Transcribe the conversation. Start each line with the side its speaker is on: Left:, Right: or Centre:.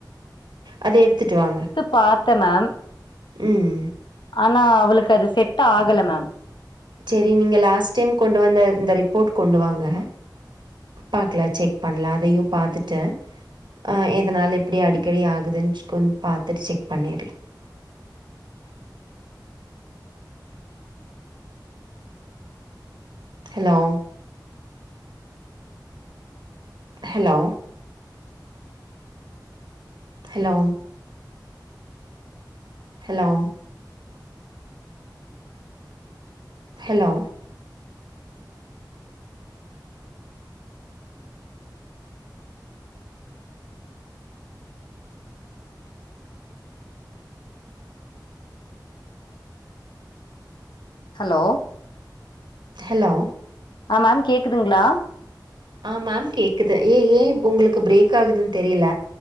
Right: அத எடுத்துட்டு வாங்க
Left: பாத்த மேம்
Right: ம்
Left: ஆனா அவளுக்கு அது செட் ஆகல மேம்
Right: சேரி நீங்க லாஸ்ட் டைம் கொண்டு வந்த இந்த ரிப்போர்ட் கொண்டு வாங்க பாக்லா செக் பண்லா அதையு பாத்துட்டு ஆ எதனால் இப்டி அடிக்கடி ஆகுதுன்னுச்சு கொஞ் பாத்துட்டு செக் பண்ணிற்லா hello hello hello hello hello
Left: hello
Right: hello
Left: ஆ மேம் கேக்குதுங்ளா
Right: ஆ மேம் கேக்குது ஏ ஏ உங்களுக்கு பிரேக் ஆகுதுன் தெரியல